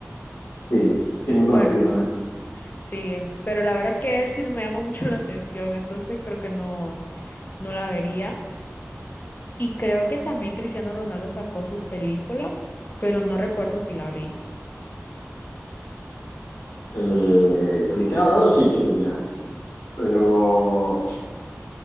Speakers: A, on the left (about 60°); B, on the left (about 40°).
A: Sí, sí, muy conocido
B: Bueno,
A: también.
B: sí, pero la verdad que él sí no me llama mucho <laughs> la atención, entonces creo que no, no la vería. Y creo que también Cristiano Ronaldo sacó su película, pero no recuerdo si la vi.
A: Eh, Cristiano Ronaldo sí sé que tiene, pero,